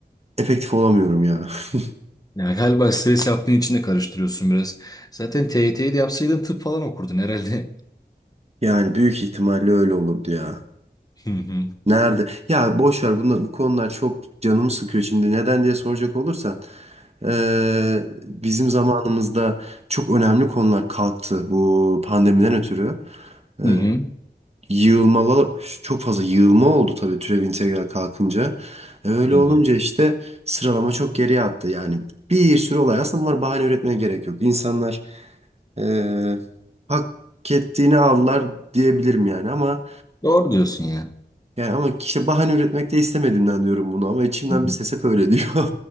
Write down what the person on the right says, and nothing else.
efektif olamıyorum ya. <laughs>
Yani büyük ihtimalle öyle olurdu ya.
Nerede? Ya boş ver bunlar, bu konular çok canımı sıkıyor şimdi. Neden diye soracak olursan. eee, bizim zamanımızda çok önemli konular kalktı bu pandemiden ötürü. Eee
yığılmalar, çok fazla yığılma oldu tabii türev integral kalkınca. E, Öyle
olunca işte sıralama çok geriye attı. Yani bir sürü olay aslında bunlar bahane üretmeye gerek yok. İnsanlar eee hak ettiğini aldılar diyebilirim yani ama
Yani ama işte bahane üretmek de istemediğimden diyorum bunu ama içimden
bir ses hep öyle diyor. <laughs>